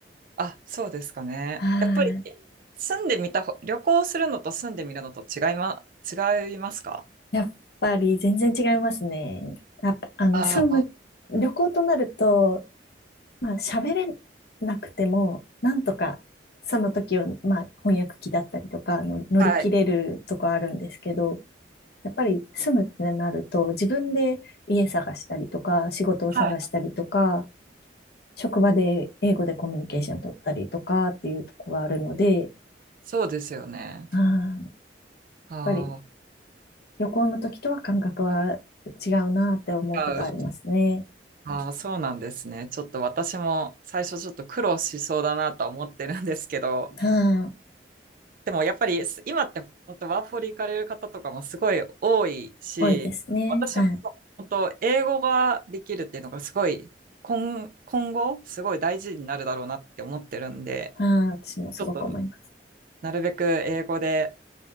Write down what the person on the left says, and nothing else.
は
い。
やっぱり全然違いますね。やっぱ、あの、
住む、旅行となると、まあ、喋れなくても、なんとか、その時を、まあ、翻訳機だったりとか、あの、乗り切れるとこあるんですけど、
やっぱり住むってなると、自分で家探したりとか、仕事を探したりとか、
職場で英語でコミュニケーション取ったりとかっていうとこがあるので、
あーやっ
ぱり旅行の時とは感覚は違うなって思うことありますね。
はい
多いですね。
はい。
はい私もすごく思います。